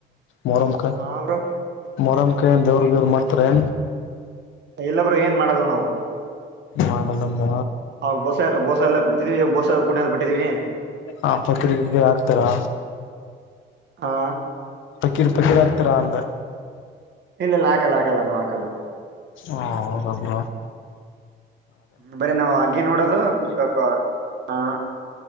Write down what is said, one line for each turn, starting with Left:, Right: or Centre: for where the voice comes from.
Left: ಮೊರಮಕ
Right: ಹಾ ಬ್ರೋ
Left: ಮೊರಂ ಕ ದವ್ರಗವ್ರರು ಮಾಡ್ತಾರೆೇ
Right: ಎಲ್ಲಬ್ರುೂ ಏನ್ ಮಾಡಲ್ಲ ನಾವು
Left: ಮಾಡಲ್ಲಮ್ಮ
Right: <inaudible> ಎಲ್ಲ ಕುತಿದವಿ ಬೋಸ ಕುಡ ಬಿಟ್ಟೀವಿ
Left: ಆ ಫಕೀರಿಗೆ ಹಾಕ್ತಾರಾ
Right: ಹಾ
Left: ಕೃಪಕಡತ್ರರ ಆಂದ
Right: ಇಲ್ಲಿಲ್ಲಾಕಲ್ಲ ಹಾಕಲ್ಲ ನಾ ಆಾಕಲ್ಲ
Left: ಹ ಗಬ್ರ
Right: ಹ್ಮ್ ಬರೀ ನಾವು ಅಗ್ಗಿ ನೋಡೋದು ಕುಜಬೇಕ ಹಾ